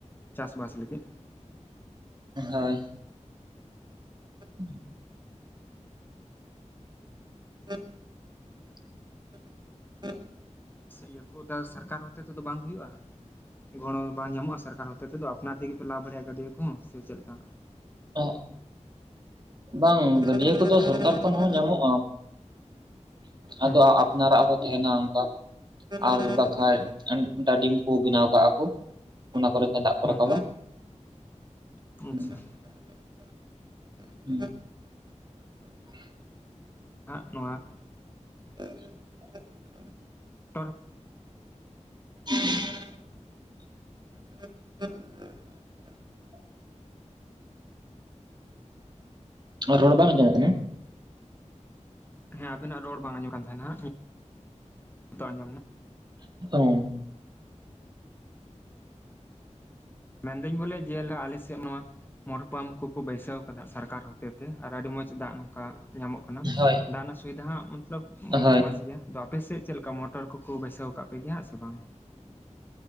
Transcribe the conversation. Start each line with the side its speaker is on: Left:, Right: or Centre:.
Left: ᱪᱟᱥ ᱵᱟᱥ ᱞᱟᱹᱜᱤᱫ,
Right: ᱦᱳᱭ <unintelligible> <unintelligible> <unintelligible>
Left: ᱤᱭᱟᱹ ᱠᱚᱫᱚ ᱥᱚᱨᱠᱟᱨ ᱦᱚᱛᱮ ᱛᱮᱫᱚ ᱵᱟᱝ ᱦᱩᱭᱩᱜᱼᱟ᱾ ᱜᱚᱲᱚ ᱵᱟᱝ ᱧᱟᱢᱚᱜᱼᱟ ᱥᱚᱨᱠᱟᱨ ᱦᱚᱛᱮ ᱛᱮᱫᱚ ᱟᱯᱱᱟᱨ ᱛᱮᱜᱮ ᱯᱮ ᱞᱟ ᱵᱟᱲᱟᱭᱼᱟ ᱜᱟᱹᱰᱭ ᱠᱚᱦᱚᱸ ᱥᱮ ᱪᱮᱫ ᱞᱮᱠᱟ?
Right: <unintelligible> ᱵᱟᱝ ᱜᱟᱹᱰᱭᱟᱹ ᱠᱚᱫᱚ ᱥᱚᱨᱠᱟᱨ ᱠᱷᱚᱱ ᱦᱚᱸ ᱧᱟᱢᱚᱜᱼᱟ᱾ ᱟᱫᱚ
Left: ᱦᱮᱸ
Right: ᱟᱯᱱᱟᱨᱟᱜ ᱦᱚᱸ ᱛᱟᱦᱮᱱᱟ ᱚᱱᱠᱟ, ᱟᱨ ᱵᱟᱠᱟᱡ ᱰᱟᱰᱤᱢ ᱠᱚ ᱵᱮᱱᱟᱣ ᱠᱟᱜᱼᱟ ᱠᱚ ᱚᱱᱟ ᱠᱚᱨᱮᱛᱮ ᱫᱟᱜ ᱠᱚ
Left: ᱦᱮᱸ
Right: ᱨᱟᱠᱟᱵᱟ᱾ <unintelligible>
Left: ᱟᱪᱪᱷᱟ ᱦ ᱱᱚᱣᱟ
Right: <unintelligible>
Left: <unintelligible>
Right: <unintelligible> ᱨᱚᱲ ᱵᱟᱝ ᱟᱸᱡᱚᱢᱚᱜ ᱠᱟᱱᱟ?
Left: ᱦᱮᱸ ᱟᱵᱤᱱᱟᱜ ᱨᱚᱲ ᱵᱟᱝ ᱟᱸᱡᱚᱢ ᱠᱟᱱ ᱛᱟᱦᱮᱱᱟ ᱱᱤᱛᱚᱜ ᱟᱸᱡᱚᱢ ᱮᱱᱟ,
Right: <unintelligible>
Left: ᱢᱮᱱᱫᱟᱹᱧ ᱵᱚᱞᱮ ᱡᱮ ᱟᱞᱮ ᱥᱮᱫ ᱱᱚᱣᱟ ᱢᱚᱴᱚᱨ ᱯᱟᱢᱯ ᱠᱚᱠᱚ ᱵᱟᱹᱭᱥᱟᱹᱣ ᱟᱠᱟᱫᱟ ᱥᱚᱨᱠᱟᱨ ᱦᱚᱛᱮ ᱛᱮ ᱟᱨ ᱟᱹᱰᱤ ᱢᱚᱸᱡᱽ ᱫᱟᱜ ᱱᱚᱝᱠᱟ ᱧᱟᱢᱚᱜ ᱠᱟᱱᱟ᱾
Right: ᱦᱳᱭ
Left: ᱫᱟᱱᱟᱜ ᱥᱩᱵᱤᱫᱷᱟ ᱢᱚᱛᱞᱚᱵ
Right: ᱦᱳᱭ
Left: ᱢᱚᱸᱡᱽ ᱜᱮᱭᱟ᱾ ᱟᱫᱚ ᱟᱯᱮᱥᱮᱫ ᱪᱮᱫ ᱞᱮᱠᱟ ᱢᱚᱴᱚᱨ ᱠᱚᱠᱚ ᱵᱟᱹᱭᱥᱟᱹᱣ ᱟᱠᱟᱫ ᱯᱮᱜᱮᱭᱟ ᱥᱮ ᱵᱟᱝ?